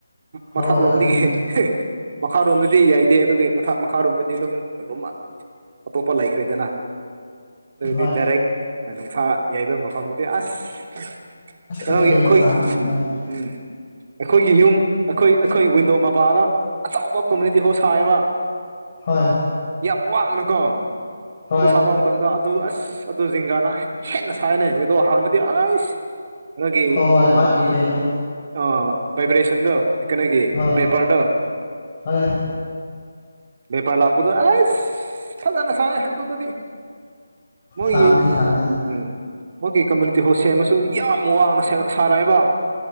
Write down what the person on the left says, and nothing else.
ꯍꯣꯏ
ꯍꯣꯏ
ꯑꯗꯨꯅꯤ
ꯍꯣꯏ
ꯑꯗꯨ ꯍꯦꯟꯅ
ꯁꯥꯝꯗꯅ
ꯅꯍꯥꯟꯗ
ꯍꯣꯏ
ꯍꯣꯏ
ꯍꯣꯏ ꯍꯣꯏ
ꯃꯥꯒꯤ ꯀꯩꯅꯣ
ꯍꯣꯏ
ꯍꯣꯏ
ꯁꯥꯝꯅꯩ ꯁꯥꯝꯅꯩ